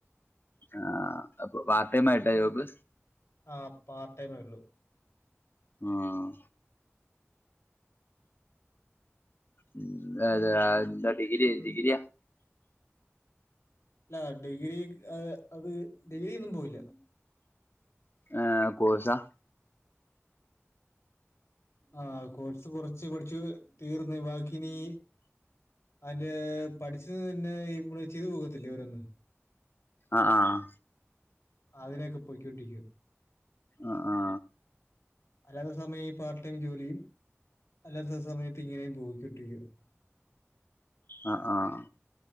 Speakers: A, on the left; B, on the left.
A: ആഹ് അപ്പൊ പാർട്ട്‌ ടൈം ആയിട്ടാ ജോബ്.
B: ആഹ് പാർട്ട് ടൈമേയുള്ളൂ.
A: ആഹ് ഉം അതെന്താ ഡിഗ്രി കഴിഞ്ഞു ഡഗ്രിയാ.
B: അല്ല ഡിഗ്രി ആഹ് അത് ഡിഗ്രി ഒന്നും പോയില്ല.
A: ആഹ് കോഴ്സാ.
B: ആഹ് കോഴ്സ് കൊറച്ച് പഠിച്ചു തീർന്ന് ബാക്കി ഇനി. അതിന്റെ പഠിച്ചത് തന്നെ ഇവിടെ ചെയ്ത് പോക്കാത്തില്ലേ ഓരോന്ന്.
A: ആഹ് ആഹ്
B: ആഗ്രഹമൊക്കെ പോയിക്കൊണ്ടിരിക്കുക.
A: ആഹ് ആഹ്
B: അല്ലാത്ത സമയം ഈ പാർട്ട് ടൈം ജോലിയും അല്ലാത്ത സമയത്ത്. ഇങ്ങനെയും പോയിക്കൊണ്ടിരിക്കും.
A: ആഹ് ആഹ്